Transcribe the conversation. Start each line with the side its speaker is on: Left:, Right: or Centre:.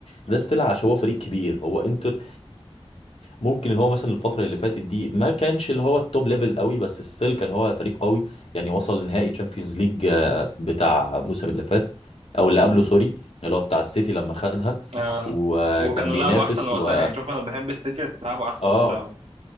Left: ده استيل عشان هو فريق كبير هو انتر ممكن ان هو مثلا الفتره اللي فاتت دي ما كانش اللي هو التوب ليفل قوي بس ستيل كان هو فريق قوي يعني وصل نهائي تشامبيونز ليج بتاع الموسم اللي فات او اللي
Right: مم.
Left: قبله سوري اللي هو بتاع السيتي لما خدها
Right: آه.
Left: وكان
Right: وكانوا
Left: بينافس
Right: لعبوا أحسن وقتها
Left: و
Right: يعني شوف أنا بحب السيتي بس لعبوا أحسن
Left: اه
Right: وقتها